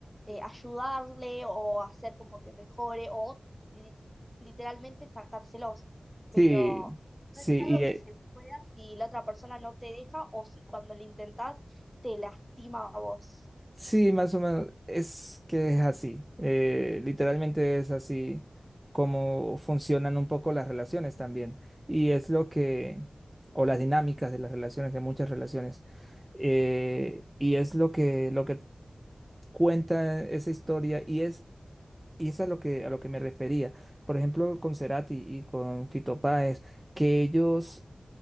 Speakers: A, in the centre; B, on the right.
A: eh, ayudarle o hacer como que mejore o li- literalmente sacárselos, pero
B: Sí, sí,
A: no es algo
B: y eh,
A: que se pueda si la otra persona no te deja o si cuando lo intentás te lastima a vos.
B: sí, más o menos es que es así. eh, literalmente es así como funcionan un poco las relaciones también. Y es lo que, o las dinámicas de las relaciones, de muchas relaciones. eh, y es lo que, lo que cuenta esa historia y es, y es a lo que, a lo que me refería. Por ejemplo, con Cerati y con Fito Páez, que ellos